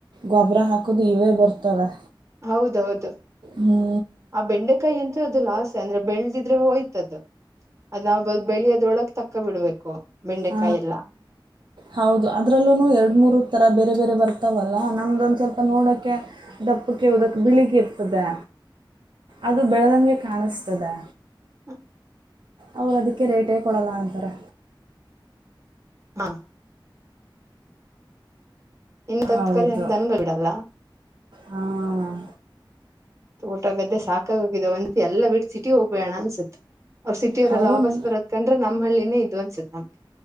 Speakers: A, on the right (about 65°); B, on the right (about 35°).
A: ಗೊಬ್ಬರ ಹಾಕೋದು ಇವೇ ಬರ್ತವೆ
B: ಹೌದೌದು
A: ಹ್ಞೂ
B: ಆ ಬೆಂಡೆಕಾಯಿ ಅಂತೆ ಅದು ಲಾಸ್ಟ್ ಅಂದ್ರೆ ಬೆಳದಿದ್ರೆ ಹೋಯ್ತದು ಅದ ನಾವ್ ಬೆಳಿ ಅದ್ರೊಳಗ್ ತಕ್ ಕೈ ಬಿಡ್ಬೇಕು ಬೆಂಡೆಕಾಯಿ
A: ಹ
B: ಎಲ್ಲ
A: ಹೌದು ಅದ್ರಲ್ಲೂ ಎರಡ ಎರಡು ಮೂರು ತರ ಬೇರೆ ಬೇರೆ ಬರ್ತಾವಲ್ಲ ನಮ್ದೊಂದು ಸ್ವಲ್ಪ ನೋಡೋಕ್ಕೆ ದಪ್ಪಕ್ಕೆ ಉದಕ್ಕೆ ಬಿಳಿಗ ಇರ್ತದೆ ಅದು ಬೆಳೆದಂಗೆ ಕಾಣಿಸ್ತದೆ
B: ಹ್ಮ <inaudible>
A: ಅವ್ರು ಅದಕ್ಕೆ ರೇಟೇ ಕೊಡಲ್ಲ ಅಂತಾರೆ
B: ಹಾ <inaudible> <unintelligible>
A: ಹೌದು ಹಾಂ
B: ತೋಟಗದ್ದೆ ಸಾಕಾಗ ಹೋಗಿದ್ದ ಒಂದ ಎಲ್ಲ ಬಿಟ್ಟ ಸಿಟಿ ಹೋಗ್ಬೇಣ ಅನ್ಸುತ್ತು ಅವರ ಸಿಟಿಯವರೆಲ್ಲ
A: ಹೌದು
B: ವಾಪಸ್ ಬರತ್ ನಮ್ಮಲ್ಲಿ ಇಲ್ಲಿ <inaudible>